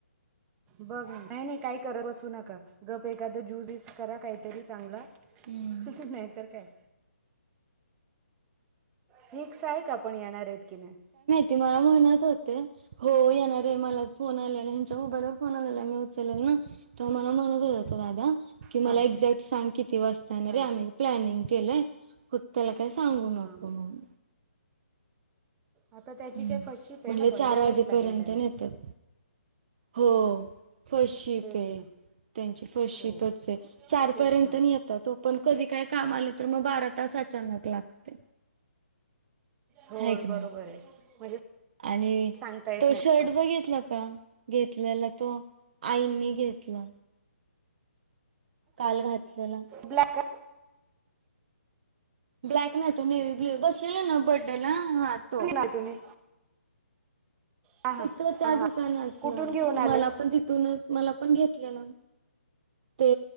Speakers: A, on the right; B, on the right.
A: बघ नाही नाही काही करत बसू नका गप एखादं ज्यूस वस करा काहीतरी चांगला
B: हम्म
A: नाहीतर काय फिक्स आहे का आपण येणार आहेत की नाही
B: ते मला म्हणत होते, हो येणार हाय मला फोन आलेला ह्यांच्या मोबाईलवर फोन आलेला. मी उचल तेव्हा मला म्हणत हो दादा कि
A: हां
B: मला एक्झॅक्ट सांग किती वाजता येणार
A: हां
B: हाय? आम्ही प्लॅनिंग केलंय. फक्त काय सांगू नको
A: हां
B: म्हणून.
A: आता त्याची
B: हम्म
A: काही फर्स्ट शिप आहे
B: म्हटलं
A: ना, पण
B: चार
A: वेळच
B: वाजेपर्यंत
A: लागेल त्याला.
B: नेतात हो फर्स्ट शिफ्ट
A: तेच
B: हे.
A: ना
B: त्यांची फर्स्ट
A: हो
B: शिफ्टच हाय चार
A: तेच
B: पर्यंत
A: ना
B: येतात ओ, पण कधी काय काम आलं तर मग बारा तास अचानक लागते.
A: हो
B: हाय की
A: बरोबर
B: नाही?
A: आहे म्हणजे
B: आणि
A: सांगता येत
B: तो
A: नाही
B: शर्ट बघितला का घेतलेला तो आईनी घेतला. काल घातलेला.
A: ब्लॅक
B: ब्लॅक नाही तो नेवी ब्लू बसलेला ना बर्थडेला हा तो.
A: नाही तुम्ही हां हां
B: तिथं त्या
A: हां हां
B: दुकानात
A: कुठून
B: ना
A: घेऊन आले
B: मला पण तिथूनच मला पण घेतलेलं. ते